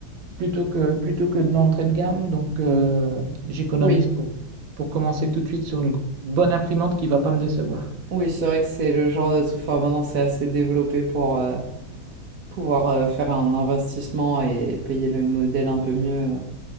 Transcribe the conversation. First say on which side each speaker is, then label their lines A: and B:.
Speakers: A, on the right; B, on the right.
A: plutôt que, plutôt que de l'entrée de gamme. Donc, euh, j'économise
B: Oui.
A: pour, pour commencer tout de suite sur une bonne imprimante qui ne va pas me décevoir.
B: Oui, c'est vrai que c'est le genre de truc. Enfin, maintenant, c'est assez développé pour, euh, Pouvoir euh, faire un investissement et payer le modèle un peu mieux. euh,